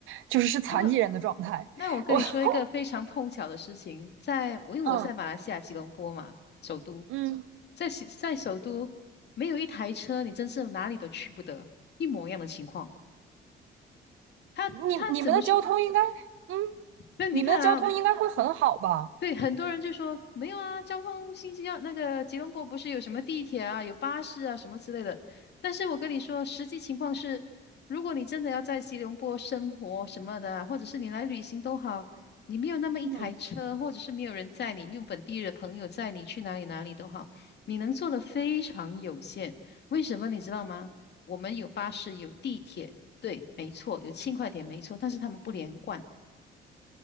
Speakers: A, on the right (about 80°); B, on the left (about 60°).
A: 就是是残疾人的状态。
B: 这那我跟你说一个非常碰巧的事情，
A: 我 <laughs>
B: 在我因为我在马来西亚吉隆坡嘛，
A: 嗯
B: 首都，
A: 嗯，
B: 在西在首都没有一台车，你真是哪里都去不得，一模一样的情况。他他怎么说？
A: 你你们的交通应该，嗯，
B: 那你看啊，
A: 你们的交通应该会很好吧？
B: 对，很多人就说没有啊，交通信息兰那个吉隆坡不是有什么地铁啊、有巴士啊什么之类的。但是我跟你说，实际情况是，如果你真的要在吉隆坡生活什么的啊，或者是你来旅行都好，你没有那么一台车，
A: 嗯，
B: 或者是没有人载你，你用本地的朋友载你去哪里哪里都好，你能做的非常有限。为什么你知道吗？我们有巴士，有地铁，对，没错，有轻快点没错，但是他们不连贯。